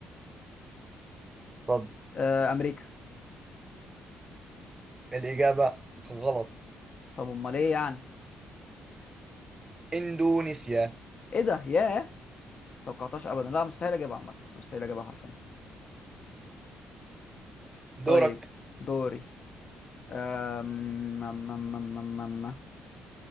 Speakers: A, on the right; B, on the left.
A: اتفضل.
B: آه امريكا
A: الاجابه غلط
B: طب امال ايه يعني
A: اندونيسيا
B: ايه ده ياه توقعتهاش ابدا لا مستحيل اجيبها عامه كنت مستحيل اجيبها حرفيا
A: دورك
B: طيب دوري أم... أم... أم... أم... أم... أم-